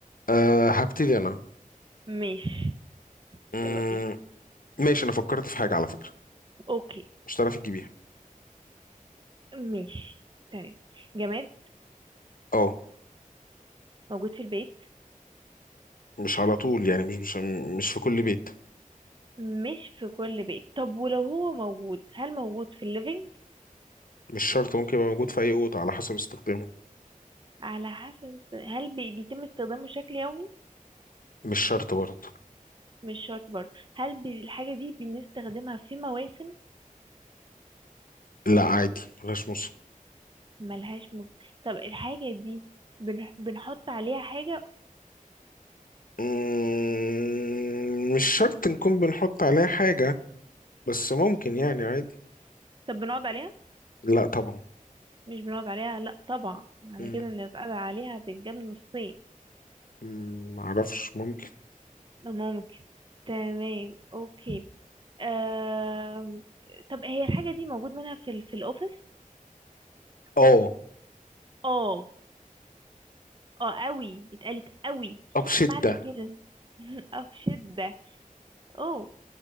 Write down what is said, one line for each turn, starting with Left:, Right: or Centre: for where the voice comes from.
Left: آه هبتدي انا
Right: ماشي
Left: امم
Right: يلا بينا
Left: ماشي انا فكرت في حاجة على فكرة
Right: أوكي
Left: مش هتعرفي تجيبيها
Right: ماشي تمام جماد
Left: اه
Right: موجود في البيت
Left: مش على طول يعني مش مش مش في كل بيت
Right: مش في كل بيت طب ولو هو موجود هل موجود في الليفينج
Left: مش شرط ممكن يبقى موجود في اي أوضة على حسب استخدامه
Right: على حسب است- هل بي- بيتم استخدامه بشكل يومي
Left: مش شرط برضه
Right: مش شرط برضه هل بي- الحاجة دي بنستخدمها في مواسم
Left: لا عادي ملهاش موسم
Right: ملهاش موسم طب الحاجة دي بن- بنحط عليها حاجة
Left: مم، مش شرط نكون بنحط عليها حاجة بس ممكن يعني عادي
Right: طب بنقعد عليها
Left: لا طبعا
Right: مش بنقعد عليها لا طبعا معنى
Left: مم،
Right: كده ان اتقعد عليها هتتجاب نصين
Left: مم، معرفش ممكن
Right: ممكن تمام اوكي آم... طب هي الحاجة دي موجود منها في ال... في الأوفيس
Left: اه
Right: اه اه قوي اتقالت قوي
Left: آه، بشدة
Right: معنى كده <laughs> اه بشدة اوه